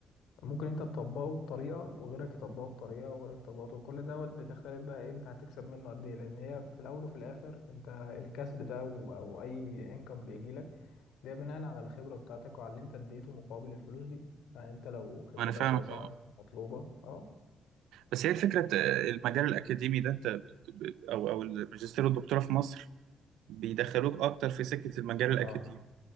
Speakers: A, on the left; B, on the right.
A: ممكن انت تطبقه بطريقة وغيرك يطبقه بطريقة وغيرك يطبقه كل دوت بتختلف بقى ايه انت هتكسب منه قد ايه لان هي في الاول وفي الاخر انت الكسب ده و- او اي انكم بيجيلك ده بناء على الخبرة بتاعتك وعلى اللي انت اديته مقابل الفلوس دي فانت لو خبرتك
B: انا فاهمك
A: واسعة
B: اه
A: ومطلوبة اه
B: بس هي الفكره آه، المجال الاكاديمي ده انت بت- ب- او او الماجستير والدكتوراه في مصر بيدخلوك اكتر في سكه المجال الاكاديمي
A: اه